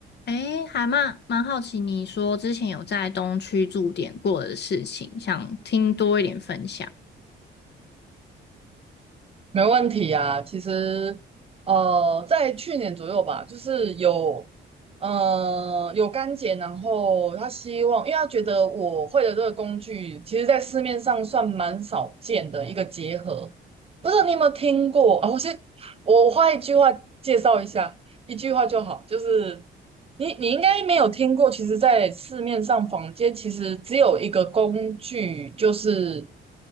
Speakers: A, on the left; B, on the right.
A: 诶，还蛮蛮好奇，你说之前有在东区驻点过的事情，想听多一点分享。
B: 没问题啊，其实，呃，在去年左右吧，就是有，呃，有干姐，然后她希望，因为她觉得我会的这个工具，其实在市面上算蛮少见的一个结合。不知道你有没有听过啊？我先，我花一句话介绍一下，一句话就好，就是你你应该没有听过，其实，在市面上坊间其实只有一个工具，就是